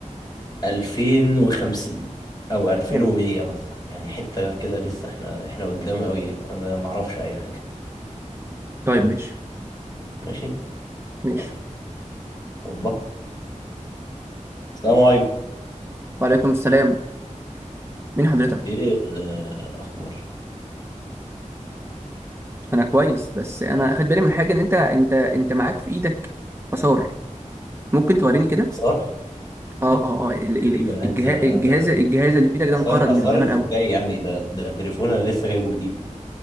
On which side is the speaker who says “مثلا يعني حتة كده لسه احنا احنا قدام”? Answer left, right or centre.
Left